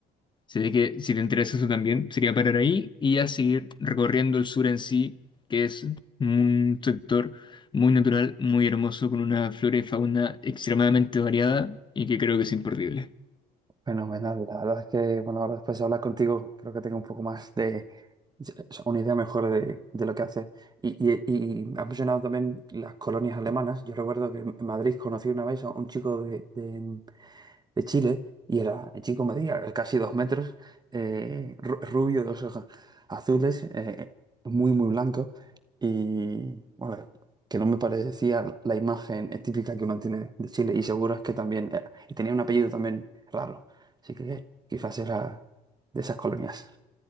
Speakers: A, on the left; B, on the right.
A: Así de que si te interesa eso también, sería parar ahí y ya seguir recorriendo el sur en sí, que es un sector muy natural, muy hermoso, con una flora y fauna extremadamente variada y que creo que es imperdible.
B: Fenomenal, la verdad es que, bueno, ahora después de hablar contigo, creo que tengo un poco más de, o sea, una idea mejor de, de lo que hacer. Y, y, y has mencionado también las colonias alemanas. Yo recuerdo que en Madrid conocí una vez a un chico de, de, de Chile y era, el chico medía casi dos metros, eh, ru- rubio, dos ojos azu- azules, eh, muy, muy blanco y bueno, que no me parecía la imagen típica que uno tiene de Chile y seguro es que también, eh, y tenía un apellido también raro, así que eh, quizás era de esas colonias.